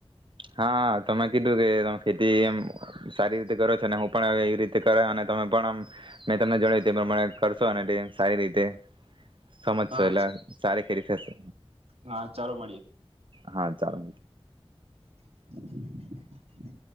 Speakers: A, on the right; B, on the right.
A: હા તમે કીધું કે તમે ખેતી એ સારી રીતે કરો છો, અને હું પણ એવી રીતે કર તમે પણ આમ મેં તમને જણાવ્યું તે પ્રમાણે કરશો સારી રીતે. સમજશો
B: હા
A: એટલા સારી. કેરી થશે.
B: હા ચાલો મળીએે.
A: હા ચાલો.
B: <inaudible>